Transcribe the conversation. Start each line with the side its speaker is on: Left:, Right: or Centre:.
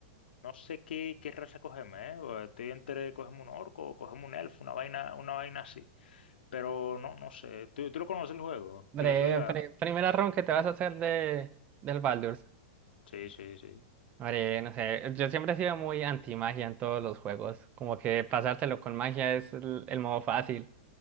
Left: no sé qué, qué raza cogerme, ¿eh? porque Estoy entre cogerme un orco o cogerme un elfo, una vaina, una vaina así. Pero no, no sé. ¿Tú, tú lo conoces el juego?
Right: Breve,
Left: ¿De casualidad?
Right: pre- primera run que te vas a hacer de, del Baldur's.
Left: Sí, sí, sí.
Right: Hombre, no sé. Yo siempre he sido muy anti-magia en todos los juegos. Como que pasárselo con magia es el, el modo fácil.